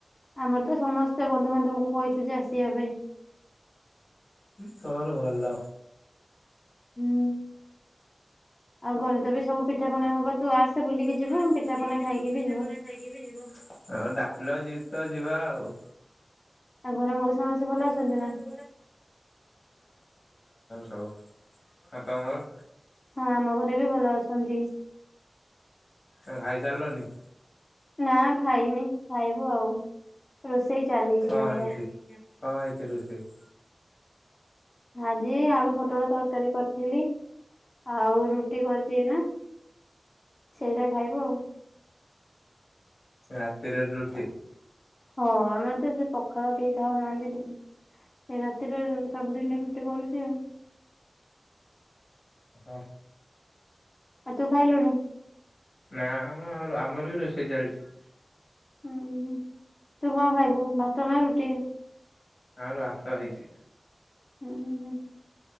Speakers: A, on the left; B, on the left.
A: ଆମର ତ ସମସ୍ତେ ବନ୍ଧୁବାନ୍ଧବକୁ କହିଛୁ ଯେ ଆସିବା ପାଇଁ
B: ତୋର ଭଲ
A: ହୁଁ ଆଉ ଘରେ ତ ବି ସବୁ ପିଠାପଣା ହବ ତୁ ଆସେ ବୁଲିକି
B: ତୁ
A: ଯିବୁ
B: ଆସେ
A: ପିଠାପଣା
B: ବୁଲିକି ଯିବୁ
A: ଖାଇକି
B: ପିଠା
A: ବି
B: ପଣା ଖାଇକିଯିବୁ ହଁ ଡାକିଲ ଜି ତ ଯିବା ଆଉ
A: ଆଉ ଘରେ ମଉସା ମାଉସୀ ଭଲ ଅଛନ୍ତି
B: <inaudible> ହଁ। ଭଲ
A: ନା?
B: ଅଛନ୍ତି ସବୁ ଆଉ ତୁମର?
A: ହଁ ଆମ ଘରେ ବି ଭଲ ଅଛନ୍ତି।
B: ଖାଇସାରିଲନି?
A: ନା ଖାଇନି ଖାଇବୁ ଆଉ। ରୋଷେଇ ଚାଲିଛି
B: କଣ
A: ଆମର।
B: ହେଇଛି କଣ ହେଇଛି ରୁଷେଇ?
A: ହାଁ ଜି ଆଳୁ ପୋଟଳ ତରକାରୀ କରିଥିଲି ଆଉ ରୁଟି କରିଛି ଏଇନା ସେଇଟା ଖାଇବୁ ଆଉ।
B: ରାତିରେ ରୁଟି
A: ହଁ ଆମର ତ ସେ ପଖାଳ କେହି ଖାଉନାହାନ୍ତି ଏଇ ରାତିରେ ସବୁଦିନି ରୁଟି କରୁଛି ଆଉ
B: ହଁ।
A: ଆଉ ତୁ ଖାଇଲୁଣି?
B: ନା ଆ ଆମର ବି ରୋଷେଇ ଚାଲିଛି।
A: ହୁଁ ତୁ କଣ ଖାଇବୁ ଭାତ ନା ରୁଟି?
B: ଆମର ଭାତ ହେଇଛି।
A: ହୁଁ ହୁଁ